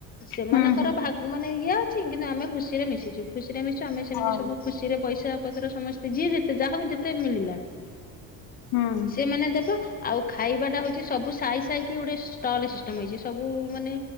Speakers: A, on the left; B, on the left.
A: ସେମାନଙ୍କର
B: ହୁଁ ହୁଁ
A: ଭାଗ ମାନେ ଇଏ ଅଛି କିନ୍ତୁ ଆମେ ଖୁସିରେ ମିଶିଚୁ। ଖୁସି ରେ ମିଶୁଚୁ ଆମେ ସେମିତି
B: ହଁ
A: ସବୁ ଖୁସିରେ ପଇସା ପତ୍ର ସମସ୍ତେ ଯିଏ ଯେତେ ଯାହାକୁ ଯେ ତେ ମିଳିଲା
B: ହୁଁ।
A: <inaudible> ଆଉ ଖାଇବାଟା ହଉଚି ସବୁ ସାହି-ସାହି କି ଗୋଟେ ଷ୍ଟଲ୍ ସିଷ୍ଟମ୍ ହେଇଚି, ସବୁ ମାନେ